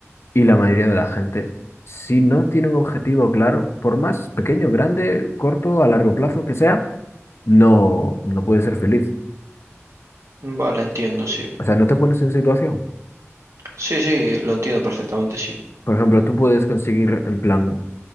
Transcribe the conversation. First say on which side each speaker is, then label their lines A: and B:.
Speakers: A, on the left; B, on the right.
A: y la mayoría de la gente, si no tiene un objetivo claro, por más pequeño, grande, corto, a largo plazo que sea, no, no puedes ser feliz.
B: Mm, Vale, entiendo, sí.
A: O sea, no te pones en situación.
B: Sí, sí, lo entiendo perfectamente, sí.
A: Por ejemplo, tú puedes conseguir, en plan,